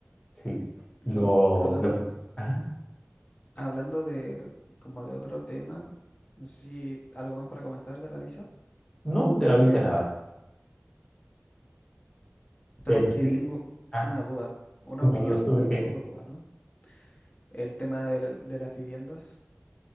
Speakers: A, on the left (about 15°); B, on the left (about 40°).
A: Sí,
B: Y
A: lo,
B: hablando,
A: lo que... ¿Ah?
B: Hablando de como de otro tema, no sé si algo más para comentar de la visa.
A: No, de la visa nada, pero
B: Sabes que
A: sí.
B: tengo
A: ah,
B: una duda, una
A: ¿No
B: opinión
A: sobre
B: y
A: qué?
B: un poco de duda, ¿no? El tema de, la- de las viviendas.